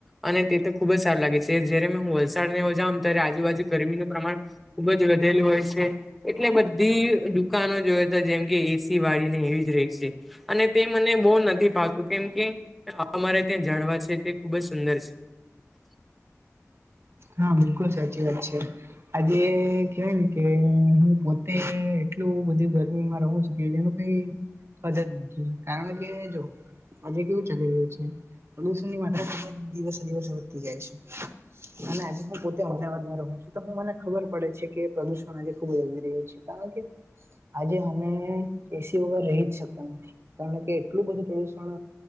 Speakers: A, in the centre; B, on the right.
A: અને તે તો ખુબ જ સારું લાગે છે જયારે મે હું વલસાડ ને જ ત્યારે આજુબાજુ ગરમીનું પ્રમાણ ખુબ જ વધેલું હોય છે. એટલે બધી દુકાનો જોવે તો જેમ કે એસી વાળી ને એવી જ રહી છે. અને તે મને બહુ નથી પાતું કેમ કે અમારે ત્યાં જાળવા છે તે ખુબ જ સુંદર છે.
B: હા બિલકુલ સાચી વાત છે. આજે કેહેવાય ને કે હું પોતે એટલું બધું ગરમીમાં રહું છું કે <unintelligible> ને મદ જ નથી, કાણ કે જો આજે કેવું ચાલી રહ્યું છે, પ્રદુષણ ની માત્રા ખુબ જ દિવસે દિવસે વધતી જાય છે. અને આજે હું પોતે અમદાવાદમાં રહું છું તો હું મને ખબર પડે છે કે પ્રદુષણ આજે ખુબ જ વધી રહ્યું છે. કારણ કે આજે હમે કેસી વગર રહી જ શકતા નથી કારણ કે એટલું બધું પ્રદુષણ